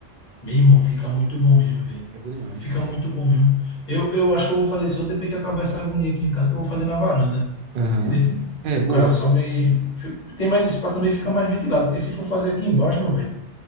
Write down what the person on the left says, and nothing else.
Meu irmão, fica muito bom mesmo, velho.
Fica
muito bom mesmo. Eu, eu acho que eu vou fazer só depois que acabar essa agonia aqui em casa, que eu vou fazer na varanda.
Entendeu? Se
O cara sobe, fi- tem mais espaço também, fica mais ventilado, porque se for fazer aqui embaixo, meu velho,